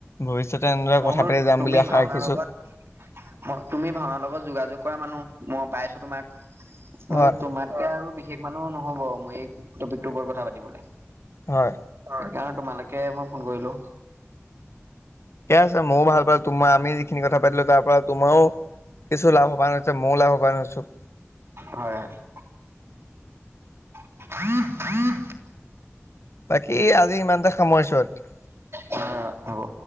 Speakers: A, on the left (about 70°); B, on the right (about 60°).
A: ভৱিষ্যতে এনেদৰে
B: মই
A: কথা
B: বোলো
A: পাতি যাম
B: তুমি
A: বুলি আশা
B: ভাওনাৰ
A: ৰাখিছো
B: লগত ম তুমি ভাওঁনাৰ লগত যোগাযোগ কৰা মানুহ মই পাইছো তোমাক। আৰু
A: হয়
B: তোমাতকে আৰু বিশেষ মানুহ নহ'ব মোৰ এই টপিকটোৰ ওপৰত কথা পাতিবলে।
A: হয়।
B: অৰকা তোমালৈকে মই ফোন কৰিলোঁ।
A: ঠিকে আছে, ময়ো ভাল পালোঁ তোমাৰ। আমি যিখিনি কথা পাতিলো তাৰ পৰা তোমাৰো কিছু লাভৱান হৈছে, মইয়ো লাভৱান হৈছো।
B: হয় হয়। <inaudible>
A: বাকী আজি ইমানতে সামৰিচো আৰু।
B: হয় হ'ব।